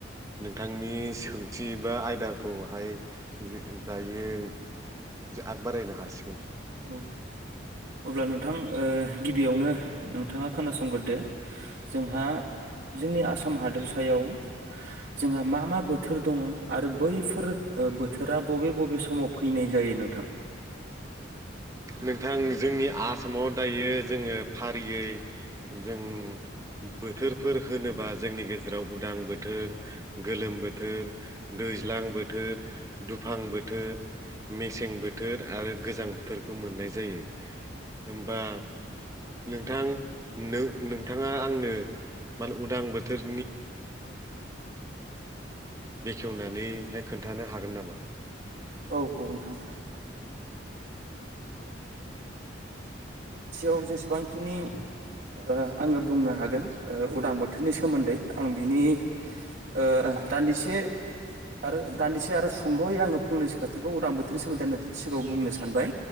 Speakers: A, on the right (about 15°); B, on the right (about 50°).
A: नोंथांनि सोंथि बा आयदाखौहाय दायो आगबारायनो हासिगोन
B: औ अब्ला नोंथां ओ गिबियावनो नोंथाङा खोनासंगोरोदो। जोंहा जोंनि आसाम हादोरसायाव जोंहा मा मा बोथोर दङ आरो बैफोर बोथोरा बबे बबे समाव फैनाय जायो नोंथां
A: नोंथां जोंनि आसामाव दायो जोङो फारियै जों बोथोरफोर होनोबा जोंनि गेजेराव उदां बोथोर गोलोम बोथोर, दैज्लां बोथोर, दुफां बोथोर मेसें बोथोर आरो गोजां बोथोर खौ मोननाय जायो होमबा नोंथां नों नोंथाङा आंनो मान उदां बोथोर बेखेवनानैहाय खोन्थानो हागोन नामा?
B: औ औ नोंथां ओ <unintelligible> ओ बुंनो हागोन उदां बोथोरनि सोमोन्दै आं बिनि ओ दान्दिसे आरो दान्दिसे आरो सुंल'यै आङो फंनैसो खोथाखौ उदां बोथोरनि सोमोन्दै आ नोंथांनि सिगाङाव बुंनो सानबाय